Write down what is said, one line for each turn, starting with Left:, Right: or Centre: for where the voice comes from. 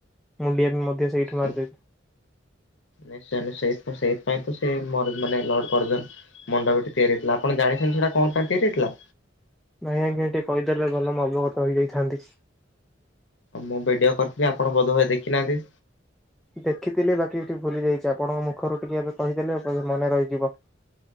Centre: ମୁଣ୍ଡିଆ ବି ମଧ୍ୟ ସେଇଠୁ
Left: ନିଶ୍ଚୟ
Centre: ମାରିଦେବି।
Left: ନିଶ୍ଚୟ ନିଶ୍ଚୟ ସେଇଥିପାଇଁ ତ ସେ ମ ମାନେ <inaudible> ମଣ୍ଡପ ତିଆରିଇଥିଲା ଆପଣ ଜାଣିଛନ୍ତି ସେଇଟା କଣ ପାଇଁ ତିଆରିଇଥିଲା?
Centre: ନାଇଁ ଆଜ୍ଞା ଟିକେ କହିଦେଲେ ଭଲମୁ ଅବଗତ ହେଇଯାଇଥାନ୍ତି।
Left: ମୁଁ ଭିଡିଓ କରିଥିଲି ଆପଣ ବୋଧ ହୁଏ ଦେଖିନାହାନ୍ତି?
Centre: ଦେଖିଥିଲି ବାକି ଟିକେ ଭୁଲି ଯାଇଛି ଆପଣଙ୍କ ମୁଖରୁ ଟିକେ ଏବେ କହିଦେଲେ ମନେ ରହିଯିବ।